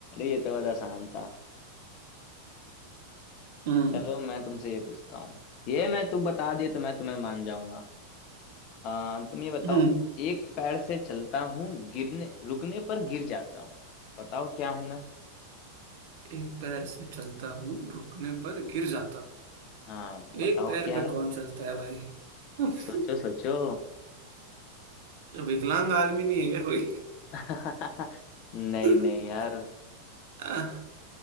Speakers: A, on the left; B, on the right.
A: ये तो बहुत आसान था
B: हम्म
A: चलो मैं तुमसे ये पूछता हूँ ये मैं तुम बता दिए तो मैं तुम्हें मान जाऊंगा आ, तुम ये बताओ
B: हम्म
A: एक पैर से चलता हूँ गिरने रुकने पर गिर जाता हूँ बताओ क्या हूं मैं
B: एक पैर से चलता हूँ रुकने पर गिर जाता
A: हाँ
B: हूँ
A: बताओ
B: एक पैर
A: क्या
B: पे
A: है
B: कौन चलता है भाई
A: सोचो
B: <laughs>
A: सोचो
B: विकलांग आदमी नहीं है क्या कोई
A: <laughs> नहीं
B: <laughs>
A: नहीं यार
B: आह,